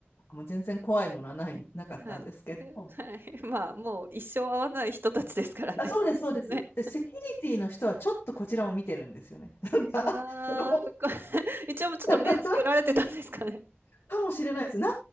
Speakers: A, on the left (about 70°); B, on the right (about 60°).
A: もう全然怖いものはない、なかったんですけど、
B: はい。え、はい。<laughs> まあ、もう一生会わない人たちですからね。
A: あ、そうです、
B: <laughs>
A: そうです。
B: ね。
A: で、セキュリティの人はちょっとこちらを見てるんですよね。<laughs> なんか、
B: ああーこ
A: その
B: <laughs> 一応ちょっと目つけられてたんですかね。
A: <laughs> かもしれないです。な、